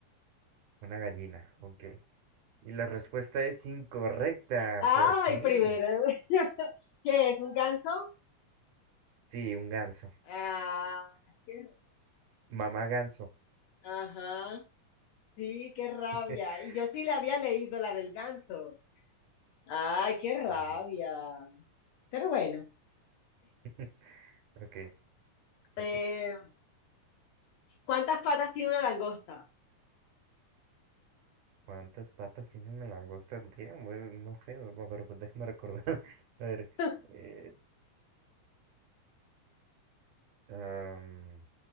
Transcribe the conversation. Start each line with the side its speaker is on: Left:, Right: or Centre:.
Right: Una gallina, ok. Y la respuesta es incorrecta,
Left: Ay,
Right: por fin.
Left: primero. <laughs> ¿Qué es? ¿Un ganso?
Right: Sí, un ganso.
Left: Ah, qué-
Right: Mamá ganso.
Left: ajá. Sí, qué rabia.
Right: <laughs>
Left: Y yo sí la había leído, la del ganso. Ay, qué rabia.
Right: Mm.
Left: Pero bueno,
Right: <laughs> Ok, te
Left: eh,
Right: toca.
Left: ¿cuántas patas tiene una langosta?
Right: ¿Cuántas patas tiene una langosta? Damn, güey, no sé, va, pero pues déjame recordar. <laughs> A ver,
Left: <laughs>
Right: eh, um,